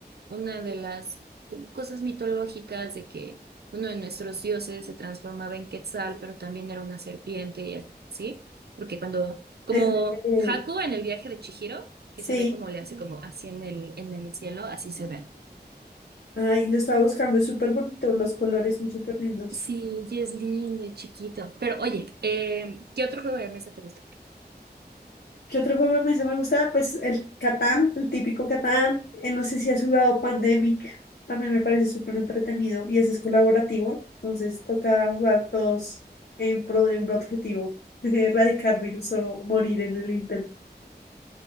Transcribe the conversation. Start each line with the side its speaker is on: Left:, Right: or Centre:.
Right: una de las cosas mitológicas de que uno de nuestros dioses se transformaba en Quetzal, pero también era una serpiente y así. Porque cuando, como
Left: Es de- eh,
Right: Haku en el viaje de Chihiro, que
Left: sí,
Right: se ve como le hace como así en el, en el cielo, así se ve.
Left: ay, lo estaba buscando, es súper bonito, los colores son súper lindos.
Right: Sí, y es lindo y chiquito. Pero oye, eh, ¿qué otro juego de mesa te gusta?
Left: ¿Qué otro juego me, me gustaba? Pues el Catán, el típico Catán. Eh, no sé si has jugado Pandemic. También me parece súper entretenido y ese es colaborativo. Entonces toca jugar todos en pro de un objetivo, <laughs> erradicar virus o morir en el intento.